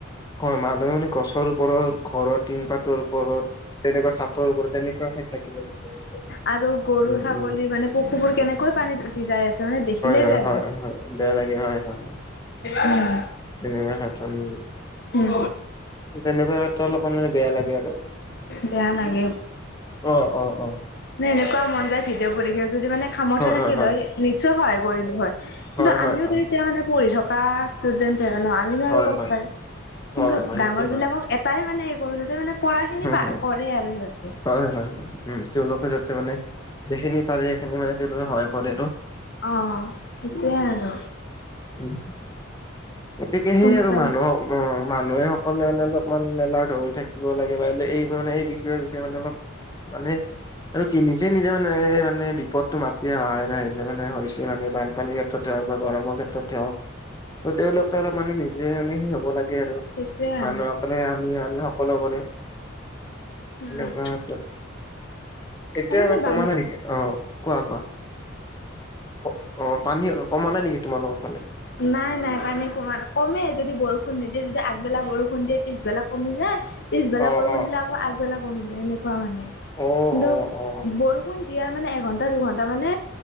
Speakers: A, on the left (about 20°); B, on the left (about 55°).
A: হয় মানুহে মানে গছৰ ওপৰত ঘৰৰ তিন পাতৰ ওপৰত তেনেকুৱা চাতৰ ওপৰত তেনেকুৱা ঠাইত থাকিব লগীয়া হৈছে
B: আৰু গৰু
A: উম
B: ছাগলী
A: উম
B: মানে পশুবোৰ কেনেকৈ পানীত উঠি যাই আছে হয় নে দেখিলেই
A: হয়
B: বেয়া
A: হয়
B: লাগে
A: হয় বেয়া লাগে হয় হয়
B: উম্
A: তেনেকুৱা ক্ষেত্ৰত উম
B: উম
A: তেনেকুৱা ক্ষেত্ৰত অলপমান মানে বেয়া লাগে আৰু
B: বেয়া লাগে
A: অ অ অ
B: এনেকুৱা মন যায় ভিডিঅ' বোৰ দেখিলে যদি মানে সামৰ্থ
A: হয়
B: থাকিল
A: হয়
B: লৈ নিশ্চয় সহায় কৰিলো হয় কিন্তু
A: হয় হয়
B: আমিওতো
A: হয়
B: এতিয়া মানে পঢ়ি থকা ষ্টোডেন্ট হয় <unintelligible> আমিনো
A: হয় হয়
B: আৰু ক'ত
A: হয়
B: পাম কিন্তু
A: হয় হয় হয়
B: ডাঙৰবিলাকক
A: সেইটো হয়
B: এটাই মানে পঢ়ো যেতিয়া মানে পঢ়াখিনি
A: হম
B: পা
A: হম
B: কৰে আৰু সিহঁতে।
A: হয় হয় হয়, উম, তেওঁলোকে যাতে মানে যিখিনি পাৰে সেইখিনি মানে তেওঁলোকে সহায় কৰে আৰু।
B: অ', সেইটোয়ে আৰু
A: <unintelligible> গতিকে সেই
B: সোনকালে
A: আৰু মানুহক অ' মানুহে সকলে মানে অলপমান এলাৰ্ট হৈ থাকিব লাগে বা এই মানে এই বিষয়ে সেইমানে অলপ মানে আৰু কি নিজে নিজে মানে এ, মানে বিপদতটো মাতি অহাই নাই নিজে মানে হৈছে মানে বানপানীৰ ইয়াত। ত'তে হওক বা গৰমৰ ক্ষেত্ৰতে হওক ত' তেওঁল অলপ মানে নিজে মানে হে হ'ব লাগে আৰু।
B: সেইটোয়ে আৰু।
A: মানুহসকলে আমি, আমি সকলোবোৰে।
B: উম,
A: লেবাৰ এটা এতিয়া
B: আচলতে
A: আৰু কমা
B: বান
A: নাই নেকি? অ' কোৱা, কোৱা। অ' পানী কমা নাই নেকি তোমালোকৰ ফালে?
B: নাই নাই পানী কমা, কমে যদি বৰষুণ নিদিয়ে যদি আগবেলা বৰষুণ দিয়ে পিছবেলা কমি যায় পিছবেলা
A: অ
B: বৰষুণ
A: অ
B: দিলে আকৌ আগবেলা কমি যায় এনেকুৱা হয় মানে
A: অ
B: কিন্তু
A: অ অ
B: বৰষুণ দিয়াৰ মানে এঘন্টা দুঘন্টা মানে